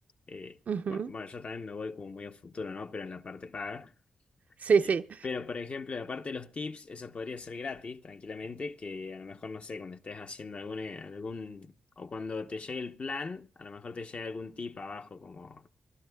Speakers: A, on the left; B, on the right.
A: eh,
B: Ujú.
A: bu- bueno, yo también me voy como muy a futuro, ¿no? Pero en la parte paga.
B: Sí,
A: Eh,
B: sí,
A: Pero, por ejemplo, aparte de los tips, eso podría ser gratis, tranquilamente, que a lo mejor, no sé, cuando estés haciendo algún, eh, algún, o cuando te llegue el plan, a lo mejor te llegue algún tip abajo, como